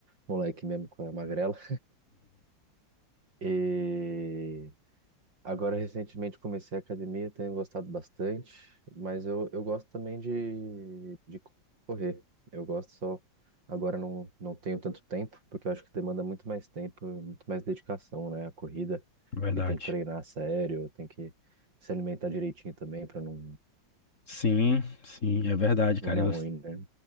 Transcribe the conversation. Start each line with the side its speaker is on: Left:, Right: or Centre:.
Right: moleque mesmo com a magrela. E Agora, recentemente, comecei a academia, tenho gostado bastante, mas eu, eu gosto também de, de correr. Eu gosto só. Agora não, não tenho tanto tempo, porque eu acho que demanda muito mais tempo, muito mais dedicação, né? A corrida,
Left: <laughs> verdade.
Right: porque tem que treinar a sério, tem que se alimentar direitinho também para não,
Left: Sim, sim, é verdade,
Right: não
Left: cara.
Right: dar
Left: E você
Right: ruim, né?